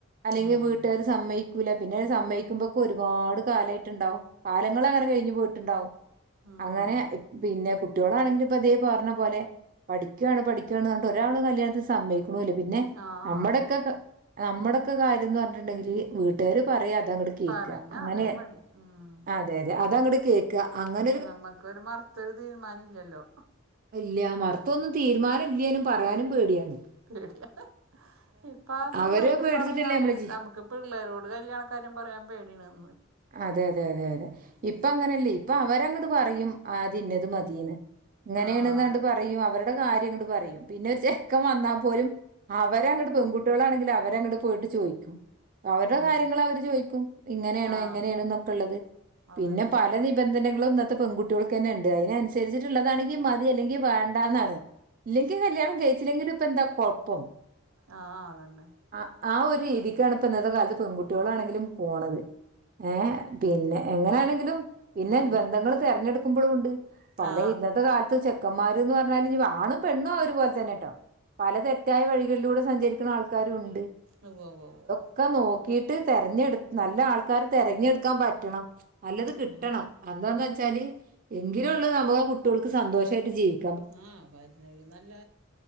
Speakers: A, on the right (about 40°); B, on the right (about 80°).
A: അല്ലെങ്കി
B: ആഹ്
A: വീട്ടാര് സമ്മയ്ക്കൂല ക്കൂല പിന്നത് സമ്മയിക്കുമ്പോക്കെ ഒരുപാട് കാലായിട്ട്ണ്ടാവും. കാലങ്ങളങ്ങനെ കഴിഞ്ഞ് പോയിട്ട്ണ്ടാവും
B: ഉം
A: അങ്ങനെ പിന്നെ കുട്ട്യ ഇപ്പളാണെങ്കിലിത് ഇപ്പതീ പറഞ്ഞപോലെ പഠിക്കാണ് പഠിക്കാണ്ന്ന് പറഞ്ട്ട് ഒരാളും കല്യാണത്തിന് സമ്മയ്ക്കൂല പഠിക്ക്ണോല് പിന്നെ
B: ആഹ്
A: നമ്മ്ടൊക്കെ
B: അതന്നെ
A: അമ്മടെക്കെ കാര്യംന്ന് പറ്ഞ്ഞ്ട്ട്ണ്ടെങ്കില് വീട്ടാര് പറയാ അതങ്ങട്ട് കേക്ക
B: പറഞ്ഞ
A: അങ്ങനെ
B: അതേപടി ഉം
A: അതെ അതെ അതങ്ങട് കേ <unintelligible> അങ്ങന
B: നമ്മക്കൊരു മർത്തൊരു തീരുമാനില്ല്യല്ലോ
A: ഇല്ല്യ മർത്തൊന്നും തീരുമാനം ഇല്ലെനും പറയാനും പേട്യാണ്
B: പേടിയ ഇപ്പ <unintelligible>
A: അവര് പേടിച്ചിട്ടല്ലേ
B: പറയാനേ
A: നമ്മള് ജി
B: നമ്ക്ക് പിള്ളേരോട് കല്യാണ കാര്യം പറയാം പേടിണ്ന്ന്
A: അതെ അതെ അതെ അതെ ഇപ്പങ്ങനല്ലേ ഇപ്പ അവരങ്ങട്ട് പറിയും ആദ്യന്നത് മതീന്ന് ഇങ്ങനേണ്ന്നാണ്ട്
B: ആ അതെ
A: പറിയും അവര്ടെ കാര്യങ്ങണ്ട് പറിയും പിന്നൊരു ചെ ക്കം വന്നാ പോലും അവരങ്ങട്ട് പെൺകുട്ട്യളാണെങ്കില് അവരങ്ങട്ട് പോയിട്ട് ചോയ്ക്കും അവരുടെ
B: ഉം
A: കാര്യങ്ങൾ അവര് ചോയിക്കും ഇങ്ങനെയാണ്
B: ആ
A: എങ്ങനെയാണ് എന്നൊക്കെ ഉള്ളത്
B: അതന്നെ
A: പിന്നെ പല നി ബന്ധനങ്ങളും ഇന്നത്തെ പെൺകുട്ടികൾക് തന്നെ ഉണ്ട് അതിനനുസരിച്ചിട്ടുള്ളതാണെങ്കി മതി മതി ഇല്ലെങ്കിൽ വേണ്ടന്നാണ് ഇല്ലെങ്കിൽ കല്യാണം കഴിച്ചില്ലെങ്കിലും ഇപ്പൊ എന്താ കൊഴപ്പം
B: ആഹ അതെന്നെ
A: ആ ആ ഒരു രീതിക്കാണ് ഇപ്പ ഇന്നത്തെ കാലത്ത് പെൺകുട്ടികളാണെങ്കിലും പോണത് ഏ പിന്നെ എങ്ങനെയാണെങ്കിലും പിന്നെ
B: ഉം
A: ബന്ധങ്ങൾ തെരഞ്ഞെടുക്കുമ്പോളും ഉണ്ട് പല
B: ആ
A: ഇന്നത്തെ കാലത്ത് ചെക്കന്മാര് എന്ന് പറഞ്ഞാല് ഇനിപ്പോ ആണും പെണ്ണും ഒരുപോലെ തന്നെ ട്ടോ പല തെറ്റായ വഴികളിലൂടെ സഞ്ചരിക്കുന്ന ആൾക്കാരരും ഉണ്ട്
B: വ്വ വ്വ വ്വ വ്വ
A: ഒക്കെ നോക്കിട്ട് തിരഞ്ഞെടു നല്ല ആൾക്കാരെ തിരഞ്ഞെടുക്കാൻ പറ്റണം നല്ലത് കിട്ടണം
B: ആ
A: എന്താന്ന് വെച്ചാല് എങ്കില് ഒള്ളൂ നമ്മുടേ കുട്ടികൾക്ക് സന്തോഷമായിട്ട് ജീവിക്ക
B: ആ വരുന്നതിൽ നല്ല